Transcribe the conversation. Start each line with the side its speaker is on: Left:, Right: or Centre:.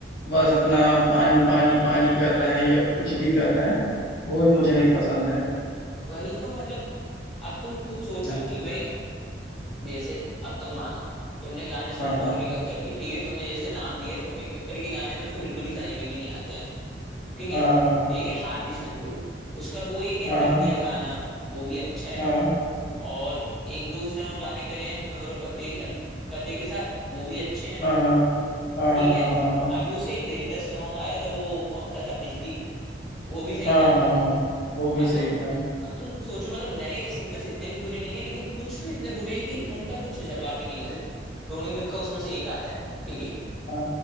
Left: बस अपना पानी पानी पानी कर रहे हैं या फिर कुछ भी कर रहे हैं वो भी मुझे नहीं पसंद है
Centre: वही तो मतलब अब तुम खुद सोचो
Left: आ,
Centre: कि भाई जैसे अब तुम मानो तुमने गाने सुने
Left: हाँ हाँ
Centre: टोनी कक्कर के ठीक है तुमने जैसे नाम लिया टोनी कक्कर के गाने तो मेरे को बिल्कुल ही समझ में भी नहीं आते हैं ठीक है
Left: हाँ
Centre: एक है हार्दी संडू उसका वो एक है
Left: हाँ
Centre: तितलिया
Left: हाँ
Centre: गाना वो भी अच्छा है
Left: हाँ
Centre: और एक दो उसने और गाने करे हैं नूर फतेह अल- फतेह के साथ वो भी अच्छे हैं
Left: हाँ हाँ हाँ
Centre: ठीक
Left: हाँ हाँ
Centre: है
Left: हाँ हाँ हाँ
Centre: अभी उसका एक लेटेस्ट सॉन्ग आया था वो कौन सा था बिजली वो भी सही
Left: हाँ
Centre: था
Left: हाँ हाँ वो भी
Centre: अब
Left: सही
Centre: तुम
Left: था
Centre: अब तुम सोचो मतलब नए सिंगर्स इतने भी बुरे नहीं है लेकिन कुछ तो इतने बुरे हैं कि उनका कुछ जवाब ही नहीं है टोनी कक्का उसमें से एक आता है ठीक है
Left: हाँ